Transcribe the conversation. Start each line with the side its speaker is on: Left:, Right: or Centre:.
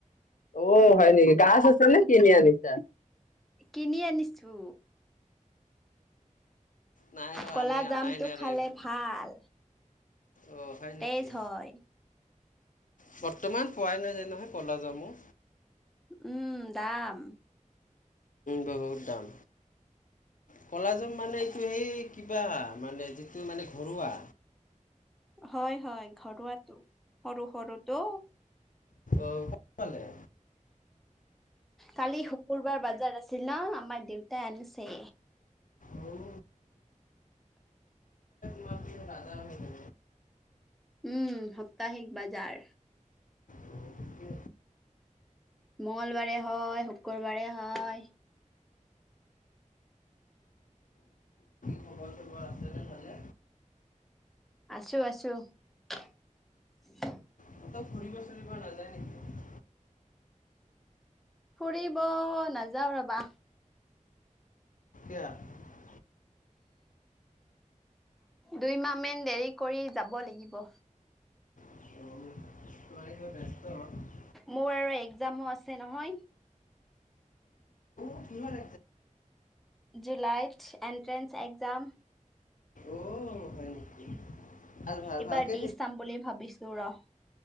Left: অঁ, হয় নেকি গাছ আছ নে কিনি আনিছা?
Centre: কিনি আনিছো।
Left: নাই ৰ
Centre: কলা
Left: আমি
Centre: জামটো
Left: আনাই নাই
Centre: খালে
Left: ৰে
Centre: ভাল।
Left: অ হয়
Centre: তেজ
Left: নেকি
Centre: হয়।
Left: বৰ্তমান পোৱাই নাই নাযায় নহয় ক'লা যামো।
Centre: উম, দাম
Left: বহুত দাম কলাজামো মানে এইটো সেই কিবা মানে যিটো মানে ঘৰুৱা।
Centre: হয়, হয়, ঘৰুৱাটো। সৰু সৰুতো।
Left: অঁ, ক'ত-পালে?
Centre: কালি শুকুৰবাৰ বজাৰ আছিল ন আমাৰ দেউতাই আনিছে।
Left: অঁ। মা <inaudible> হত আজাৰ হয় মানে
Centre: উম সাপ্তাহিক বজাৰ
Left: কি
Centre: মংগলবাৰে হয়, শুক্ৰবাৰে হয়
Left: খবৰ চবৰ আছেনে ভালে?
Centre: আছোঁ আছোঁ <unintelligible>
Left: ক'তো ফুৰিব চুৰিব নাযায় নেকি?
Centre: ফুৰিব নাযাওঁ ৰবা <inaudible>
Left: <unintelligible>
Centre: দুইমাহ মেন দেৰি কৰি যাব লাগিব।
Left: অ', মানে কিবা ব্যস্ত? অ',
Centre: মোৰ আৰু একজামো আছে নহয়
Left: <unintelligible>
Centre: <inaudible> জুলাইত এণ্ট্ৰেন্স একজাম
Left: অ', হয় নেকি? ভাল ভাল
Centre: এইবাৰ
Left: ভালকে
Centre: দি চাম বুলি ভাবিছো ৰহ